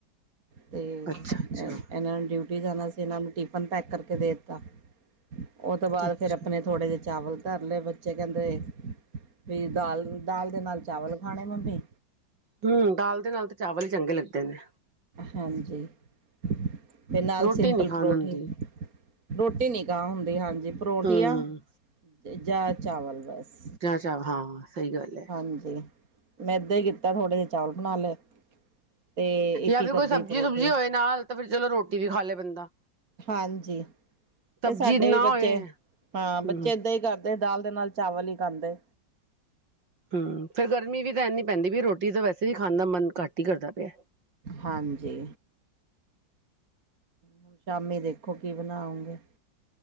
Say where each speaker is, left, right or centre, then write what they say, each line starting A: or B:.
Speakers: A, on the right (about 45°); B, on the right (about 70°).
A: ਤੇ
B: ਅੱਛਾ ਅੱਛਾ
A: ਇਹਨਾਂ ਨੂੰ ਡਿਊਟੀ ਜਾਣਾ ਸੀ ਇਹਨਾਂ ਨੂੰ ਟਿਫਨ ਪੈਕ ਕਰਕੇ ਦੇ ਦਿੱਤਾ। ਉਹ ਤੋਂ ਬਾਅਦ
B: ਅੱਛਾ
A: ਫਿਰ ਆਪਣੇ ਥੋੜ੍ਹੇ ਜਿਹੇ ਚਾਵਲ ਧਰ ਲਏ ਬੱਚੇ ਕਹਿੰਦੇ ਵੀ ਦਾਲ-ਦਾਲ ਦੇ ਨਾਲ ਚਾਵਲ ਖਾਣੇ ਮੰਮੀ
B: ਹੂੰ, ਦਾਲ ਦੇ ਨਾਲ ਤੇ ਚਾਵਲ ਹੀ ਚੰਗੇ ਲੱਗਦੇ ਨੇ।
A: ਹਾਂਜੀ ਅਤੇ ਨਾਲ
B: ਰੋਟੀ
A: ਸਿੰਪਲ
B: ਨੀ ਖਾਣ
A: ਪਰੌਠੀ
B: ਹੁੰਦੀ
A: ਰੋਟੀ ਨਹੀਂ ਖਾਹ ਹੁੰਦੀ ਹਾਂਜੀ, ਪਰੌਠੀਆ
B: ਹਮ
A: ਜਾਂ ਚਾਵਲ ਬਸ
B: ਜਾਂ ਚ ਹਾਂ ਸਹੀ ਗੱਲ ਹੈ।
A: ਹਾਂਜੀ, ਮੈਂ ਏਦਾਂ ਹੀ ਕੀਤਾ ਥੋੜੇ ਜਿਹੇ ਚਾਲ ਬਣਾ ਲਏ ਤੇ ਇੱਕ
B: ਜਾਂ
A: ਇੱਕ
B: ਫਿਰ ਕੋਈ
A: ਅੱਧੀ
B: ਸਬਜ਼ੀ
A: ਪਰੌਠੀ
B: ਸੁਬਜ਼ੀ ਹੋਏ, ਨਾਲ ਤਾਂ ਫਿਰ ਚਲੋ ਰੋਟੀ ਵੀ ਖਾ ਲੈ ਬੰਦਾ
A: ਹਾਂਜੀ, ਤੇ
B: ਸਬਜ਼ੀ
A: ਸਾਡੇ
B: ਨਾ
A: ਵੀ ਬੱਚੇ
B: ਹੋਏ
A: ਹਾਂ
B: ਹੂੰ
A: ਬੱਚੇ ਏਦਾਂ ਹੀ ਕਰਦੇ। ਤੇ ਦਾਲ ਦੇ ਨਾਲ ਚਾਵਲ ਹੀ ਖਾਂਦੇ।
B: ਹੂੰ ਫਿਰ ਗਰਮੀ ਵੀ ਤਾਂ ਇਨੀ ਪੈਂਦੀ ਵੀ ਰੋਟੀ ਤਾਂ ਵੈਸੇ, ਵੀ ਖਾਣ ਦਾ ਮਨ ਘੱਟ ਹੀ ਕਰਦਾ ਪਿਆ।
A: ਹਾਂਜੀ, ਹੁਣ ਸ਼ਾਮੀ ਦੇਖੋ ਕੀ ਬਣਾਉਗੇ?